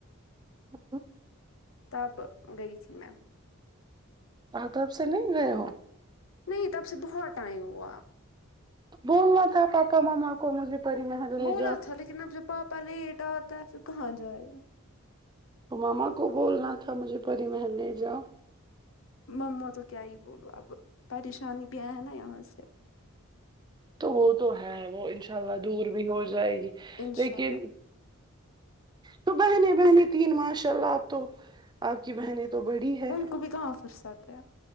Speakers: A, on the right; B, on the left.
A: ا
B: تب گئی تھی میم
A: آ تب سے نہیں گئے ہو
B: نہیں تب سے بہت ٹائم ہوا
A: بولنا تھا پاپا ماما کو مجھے پری محل لے
B: بولا
A: جاؤ
B: تھا لیکن اب جو پاپا لیٹ آتا ہے پھر کہاں جائے
A: تو ماما کو بولنا تھا مجھے پری محل لے جاؤ
B: مما تو کیا ہی بولو اب پریشانی بھی آیا نا یہاں سے
A: تو وہ تو ہے وہ انشاء اللہ دور بھی ہو جائے گی
B: انشاء
A: لیکن
B: اللہ
A: تو بہنے بہنی تین ماشاء اللہ آپ تو آپ کی بہنیں تو بڑی ہے
B: ان کو بھی کہاں فرست ہیں